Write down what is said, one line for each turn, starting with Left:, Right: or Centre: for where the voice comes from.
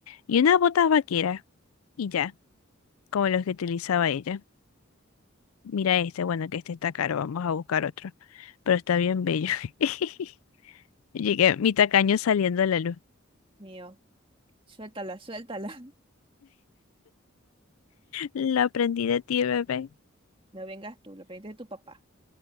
Left: Y unas botas vaqueras, y ya, como los que utilizaba ella. Mira este, bueno, que este está caro, vamos a buscar otro. Pero está bien bello. <laughs> Llegué, mi tacaño saliendo a la luz.
Right: Mío, suéltala, suéltala. <laughs>
Left: Lo aprendí de ti, bebé.
Right: No vengas tú, lo pediste de tu papá.